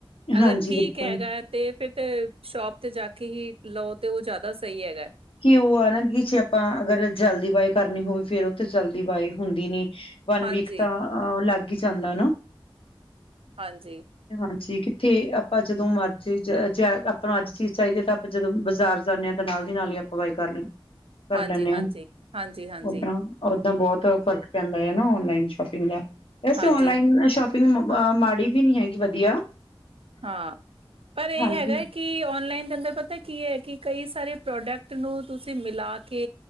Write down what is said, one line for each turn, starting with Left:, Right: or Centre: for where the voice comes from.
Right: ਅਗਰ
Left: ਹਾਂਜੀ
Right: ਠੀਕ
Left: ਬਿਲਕੁਲ
Right: ਹੈਗਾ। ਤੇ ਫਿਰ ਤੇ ਸ਼ੋਪ ਤੇ ਜਾ ਕੇ ਹੀ ਲਓ ਤੇ ਉਹ ਜ਼ਿਆਦਾ ਸਹੀ ਹੈਗਾ।
Left: ਕਿ ਉਹ ਆ ਨਾ ਜੇ ਆਪਾਂ ਅਗਰ ਜਲਦੀ ਬਾਈਕ ਕਰਨੀ ਹੋਵੇ ਫਿਰ ਉਹ ਤੇ ਜਲਦੀ ਬਾਈਕ ਹੁੰਦੀ ਨੀ। ਵਨ
Right: ਹਾਂਜੀ,
Left: ਵੀਕ ਤਾਂ ਲੱਗ ਹੀ ਜਾਂਦਾ ਨਾ
Right: ਹਾਂਜੀ।
Left: ਹਾਂਜੀ ਕਿੱਥੇ ਆਪਾਂ ਜਦੋਂ ਮਰਜ਼ੀ ਆਪਾਂ ਨੂੰ ਅੱਜ ਚੀਜ਼ ਚਾਹੀਦੀ ਹੈ। ਤਾਂ ਆਪਾਂ ਜਦੋਂ ਬਾਜ਼ਾਰ ਜਾਂਦੇ ਹਾਂ। ਨਾਲ ਦੀ ਨਾਲ ਹੀ ਆਪਾਂ ਵਾਈ ਕਰ ਲੈਂਦੇ
Right: ਹਾਂਜੀ, ਹਾਂਜੀ,
Left: ਹਾਂ
Right: ਹਾਂਜੀ, ਹਾਂਜੀ,
Left: ਉਦਾਂ। ਉਦਾਂ ਬਹੁਤ ਫਰਕ ਪੈਂਦਾ ਹੈ ਨਾ ਔਨਲਾਈਨ ਸ਼ੋਪਿੰਗ ਦਾ ਵੈਸੇ
Right: ਹਾਂਜੀ,
Left: ਔਨਲਾਈਨ ਸ਼ ਫਿਰ ਮਾੜੀ ਵੀ ਨੀ ਹੈਗੀ ਵਧੀਆ।
Right: ਹਾਂ ਪਰ ਇਹ
Left: ਹਾਂਜੀ
Right: ਹੈਗਾ ਕੀ ਔਨਲਾਈਨ ਦੇ ਅੰਦਰ ਪਤਾ ਕੀ ਹੈ ਕਿ ਕਈ ਸਾਰੇ ਪ੍ਰੋਡਕਟ ਨੂੰ ਤੁਸੀਂ ਮਿਲਾ ਕੇ